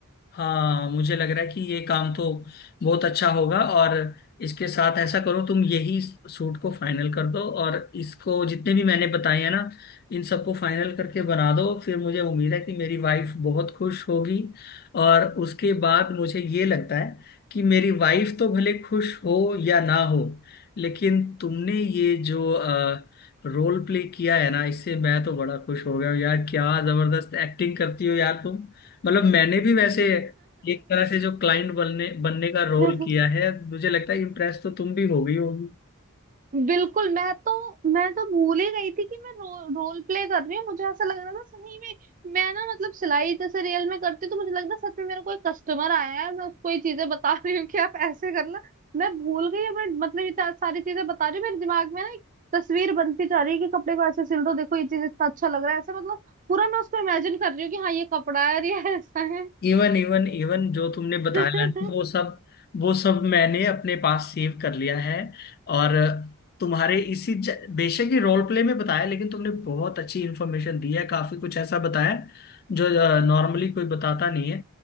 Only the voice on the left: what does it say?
हाँ मुझे लग रहा है कि ये काम तो बहुत अच्छा होगा और इसके साथ ऐसा करो तुम यही सूट को फाइनल कर दो और इसको जितने भी मैंने बताए हैं ना इन सबको फाइनल करके बना दो फिर मुझे उम्मीद है कि मेरी वाइफ बहुत खुश होगी और उसके बाद मुझे ये लगता है कि मेरी वाइफ तो भले खुश हो या ना हो लेकिन तुमने ये जो रोल प्ले किया है ना इससे मैं तो बड़ा खुश हो गया हूँ यार क्या जबरदस्त एक्टिंग करती हो यार तुम मतलब मैंने भी वैसे एक तरह से जो क्लाइंट बनने बनने का रोल
किया है मुझे लगता है इम्प्रेस तो तुम भी हो गई होगी
इवन इवन इवन जो तुमने बताया
ना वो सब वो सब मैंने अपने पास सेव कर लिया है और तुम्हारे इसी ज- बेशक ही रोल प्ले में बताया लेकिन तुमने बहुत अच्छी इन्फॉर्मेशन दी है काफी कुछ ऐसा बताया जो नॉर्मली कोई बताता नहीं है